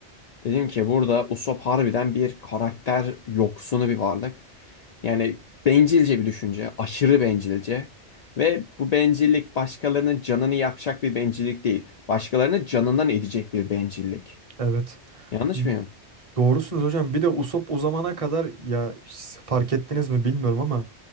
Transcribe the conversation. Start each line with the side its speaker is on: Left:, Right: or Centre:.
Left: Dedim ki burada Usopp harbiden bir karakter yoksunu bir varlık. Yani bencilce bir düşünce, aşırı bencilce. Ve bu bencillik başkalarının canını yakacak bir bencillik değil. Başkalarının canından edecek bir bencillik.
Right: Evet.
Left: Yanlış
Right: Y-
Left: mıyım?
Right: Doğrusunuz hocam. Bir de Usopp o zamana kadar ya s- fark ettiniz mi bilmiyorum ama